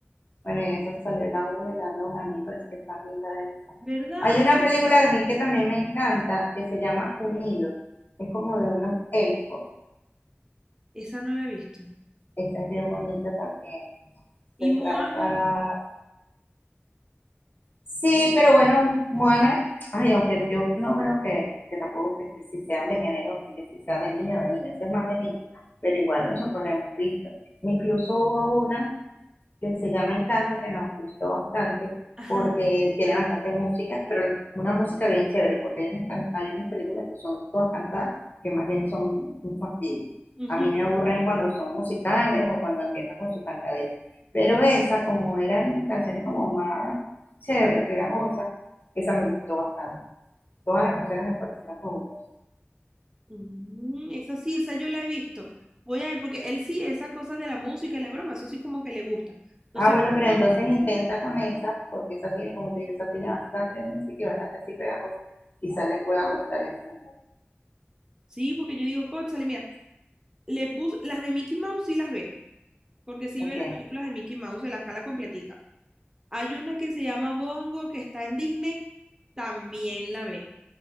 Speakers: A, on the left; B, on the right.
A: Bueno, y eso salió la uno y la 2. A mí me parece que está linda esa.
B: ¿verdad?
A: Hay
B: A mí-
A: una película que a mí que también me encanta, que se llama Unidos. Es como de unos elfos.
B: esa no la he visto.
A: Esta es bien bonita también.
B: Y
A: Se
B: Moana,
A: trata. Sí, pero bueno, Moana. Ay, aunque yo no veo que, que tampoco que, que si sean de género, así que si sea de niño o de niña. Eso es más de niño. Pero igual nosotros la hemos visto. Incluso hubo una que se llama Encanto, que nos gustó bastante
B: ajá,
A: porque tiene bastante música, pero una música bien chévere, porque hay unas, can- hay unas películas que son todas cantadas, que más bien son un fastidio.
B: ujú.
A: A mí me aburren cuando son musicales o cuando empiezan con su cantadera. Pero esa, como eran canciones como más chéveres, pegajosas, esa me gustó bastante. Todas las canciones me parecieron fabulosas.
B: Mm, esa sí, esa yo la he visto. Voy a ver, porque él sí, esa cosa de la música y la broma, eso sí como que le gusta. Entonces,
A: Ah, bueno, pero
B: no,
A: entonces intenta con esa, porque esa tiene, como te digo, esa tiene bastante música y bastante así pegajosa. Quizás le pueda gustar esa.
B: sí, porque yo digo, cónchale, mira, le puse, las de Mickey Mouse sí las ve, porque sí
A: Okay.
B: ve las películas de Mickey Mouse de la escala completica. Hay una que se llama Bongo, que está en Disney, también la ve.